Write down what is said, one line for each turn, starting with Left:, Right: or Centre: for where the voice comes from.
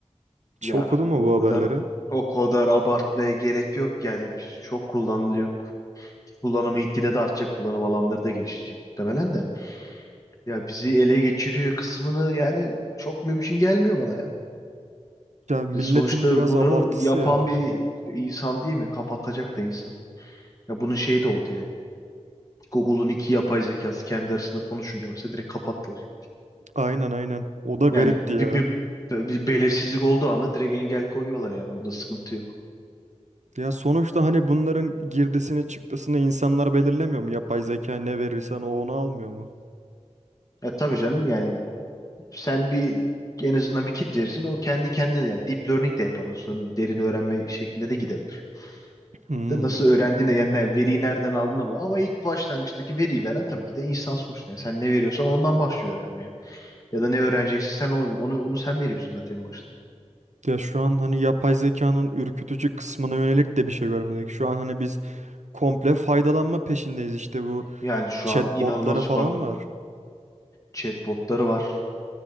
Left: Ya
Right: Hiç okudun mu
Left: o
Right: bu haberleri?
Left: kadar o kadar abartmaya gerek yok yani çok kullanılıyor. Kullanımı gitgide de artacak. Kullanım alanları da genişleyecek muhtemelen de. Ya bizi ele geçiriyor kısmını yani çok mümkün gelmiyor bana ya.
Right: Ya milletin
Left: Ve sonuçta
Right: biraz
Left: bunu
Right: abartısı
Left: yapan
Right: ya.
Left: bir insan değil mi? Kapatacak da insan. Ya bunun şeyi de oldu yani. Google'un iki yapay zekası kendi arasında konuşunca mesela direkt kapattılar.
Right: Aynen aynen. O da garipti
Left: Yani
Right: ya.
Left: bir, bir, bir belirsizlik olduğu anda direkt engel koyuyorlar yani. Onda sıkıntı yok.
Right: Ya sonuçta hani bunların girdisini çıktısını insanlar belirlemiyor mu? Yapay zeka ne verirsen o onu almıyor mu?
Left: Ya tabii canım yani sen bir en azından bir kit verirsin o kendi kendine de- yani deep learning de yapar o sonra derin öğrenme şeklinde de gidebilir.
Right: Hmm.
Left: De nasıl öğrendiğine yani ne- veriyi nereden aldığına bu. Ama ilk başlangıçtaki veriyi veren tabii ki de insan sonuçta. Yani sen ne veriyorsan ondan başlıyor öğrenmeye. Ya da ne öğreneceksin sen o- onu, onu sen veriyorsun zaten en başta.
Right: Ya şu an hani yapay zekanın ürkütücü kısmına yönelik de bir şey görmedik. Şu an hani biz komple faydalanma peşindeyiz işte bu
Left: Yani şu
Right: chatbotları
Left: an inanılmaz bir
Right: falan
Left: fan-
Right: var.
Left: chatbotları var.